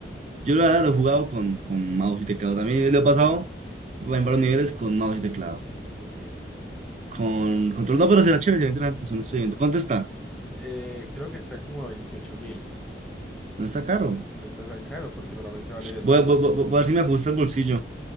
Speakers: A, on the right; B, in the centre.
A: Yo la verdad lo he jugado con, con mouse y teclado. También lo he pasado
B: Sí,
A: en varios niveles con mouse y teclado.
B: Ok.
A: Con control, no, pero será chévere, será interesante,
B: sí,
A: es un experimento. ¿Cuánto está?
B: sí. Eh, creo que está como a 28 mil.
A: No está caro.
B: No Está tan caro porque normalmente vale, vale
A: Voy a,
B: más.
A: voy- voy- voy a ver si me ajusta el bolsillo